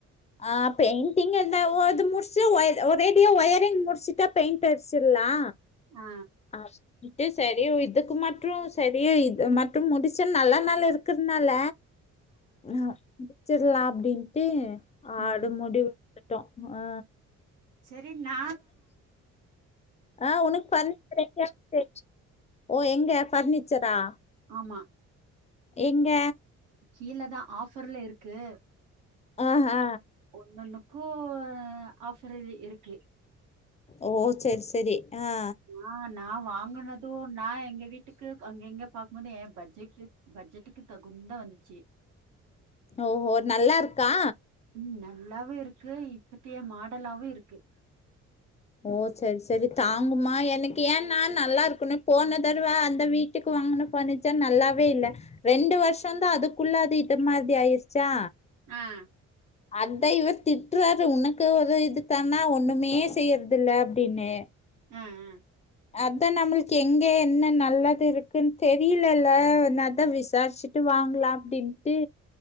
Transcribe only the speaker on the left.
ஆ பெய்ண்டிங் எந்த ஒ து முடிச்சு ஒ ஒரேடியா ஒயரிங் முடுசுட்டா பெயிண்ட் அட்ச்சர்லா
ஆ ட்டு சரியோ இதுக்கு மட்டு சரியா இது மட்டும் முடிச்ச நல்ல நாளு இருக்றனால ஆ முடுச்சர்றலா அப்டின்ட்டு
ஆடு முடிவு ட்டுட்டோ ஆ
ஆ உனக்கு ஃபர்னிச்சர் <inaudible> ஓ எங்க ஃபர்னிச்சரா
எங்க
அ ஹ
ஓ சேர் சேரி அ
ஓ ஹோ நல்லா இருக்கா
ஓ சேர் சேரி தாங்குமா எனக்கு ஏன்னா நல்லா இருக்கணு போன தடவ அந்த வீட் டுக்கு வாங்குன பர்னிச்சர் நல்லாவே இல்ல ரெண்டு வருஷந்தா அதுக்குள்ள அது இது மாறி ஆயிடுச்சா
அத்தா இவர் திட்றாரு உனக்கு இது இதுப்பண்ணா ஒண்ணுமே செய்யறதில்ல அப்டின்னு
அத்தா நம்மளுக்கு எங்க என்ன நல்லது இருக்குன்னு தெரில இல்ல நா அத்தா விசாரிச்சுட்டு ட்டு வாங்கலா அப்டின்ட்டு